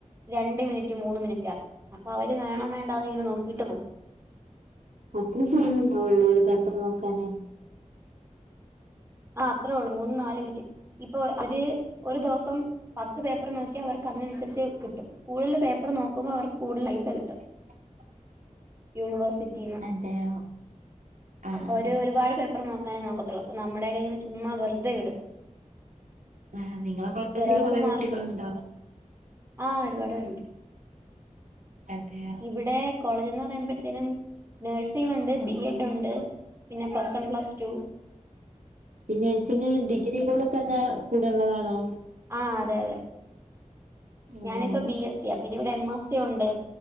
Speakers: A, on the right; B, on the right.
A: രണ്ട് മിനിറ്റ് മൂന്ന് മിനിറ്റാ അപ്പൊ അവര് വേണം വേണ്ടാ ഇങ്ങനെ നോക്കിട്ട് പോകും
B: അത്ര പണി ഉണ്ടാവുള്ളൂ <unintelligible> നോക്കാനാ <inaudible>
A: ആഹ് അത്രേ ഉള്ളൂ മൂന്നും നാല് മിനിറ്റ് ഇപ്പൊ ഒരു ഒരു ദിവസം പത്ത് പേപ്പർ നോക്കിയ അവർക്ക് അതിനനുസരിച്ച് കിട്ടും കൂടുതൽ പേപ്പർ നോക്കുമ്പോ അവർ കൂടുതൽ പൈസ കിട്ടും
B: <unintelligible>
A: യൂണിവേർഴ്സിറ്റീന്ന്
B: അതെയോ ആ
A: അപ്പൊ
B: ആ
A: ഒരു ഒരുപാട് പേപ്പർ നോക്കാനേ നോക്കത്തുള്ളൂ അപ്പൊ നമ്മുടെയൊകങ്ങനെ ചുമ്മാ വെറുതെ വിടും
B: ആ നിങ്ങളെ കോളേജില്
A: ചിലൊർക്ക്
B: കൊറെ
A: മാർക്കിടും
B: കുട്ടികളുണ്ടോ
A: ആഹ് ഒരുപാട് പേരുണ്ട്
B: അതെയാ
A: ഇവിടെ കോളേജ്ന്ന് പറയുമ്പത്തേനും നഴ്സിംഗ് ഉണ്ട് ബി എഡ് ഉണ്ട് പിന്നെ പ്ലസ് വൺ പ്ലസ് ടു വും
B: പിന്നെച്ച്ങ്ങ് ഡിഗ്രി കൂടെ തന്നെ കൂടെ ഉള്ളതാണോ
A: ആഹ് അതെ അതെ
B: അതെ
A: ഞാനിപ്പോ ബി എസ് സി യാ പിന്നെ ഇവിടെ എം എസ് സി ഉണ്ട്